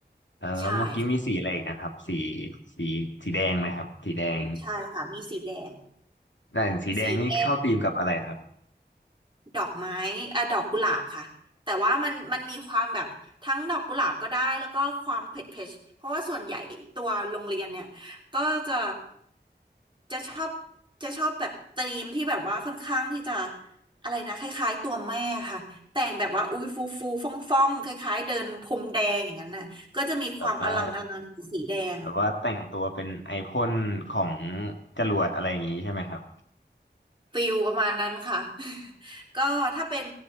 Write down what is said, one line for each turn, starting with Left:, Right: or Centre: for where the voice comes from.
Left: แล้วเมื่อกี้มีสีอะไรอีกนะครับสี
Right: ใช่ค่ะ
Left: สีสีแดงไหมครับสีแดง
Right: ใช่ค่ะมีสีแดง
Left: แต่งสีแดงนี่เข้าธีมกับอะไรครับ
Right: สีแด ดอกไม้เอ่อดอกกุหลาบค่ะแต่ว่ามันมันมีความแบบทั้งดอกกุหลาบก็ได้แล้วก็ความเผ็ดเผ็ดเพราะว่าส่วนใหญ่ตัวโรงเรียนเนี่ยก็จะจะชอบจะชอบแบบธีมที่แบบว่าค่อนข้างที่จะอะไรนะคล้ายๆตัวแม่ค่ะแต่งแบบว่าอุ้ยฟูฟูฟ่องฟ่องๆคล้ายๆเดินพรมแดงอย่างนั้นน่ะก็จะมีความอลังอลังสีแดง
Left: แบบว่าแบบว่าแต่งตัวเป็นไอพ่นของจรวดอะไรอย่างนี้ใช่ไหมครับ
Right: ฟิลประมาณนั้นค่ะ <laughs> ก็ถ้าเป็น